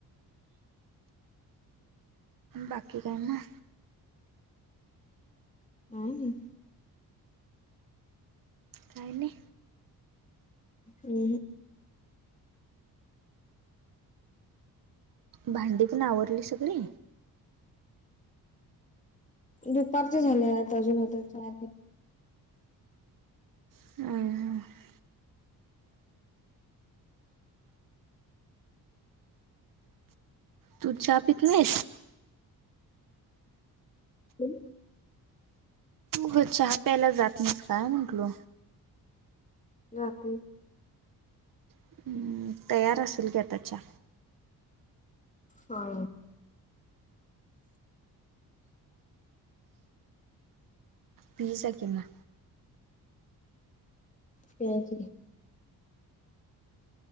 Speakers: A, on the right; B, on the left.
A: बाकी कायम
B: हां
A: काने
B: हो
A: भांडी पण आवरली सगळी
B: दुपारचे झाल्या अजून आता च
A: ह ह तू चा पिकनेस
B: हो
A: हो चहा प्यायला जात नाहीस काय म्हंटल
B: राात
A: हं, तयार असेल घ्या त्याच्या
B: हा
A: पीज के ना
B: पज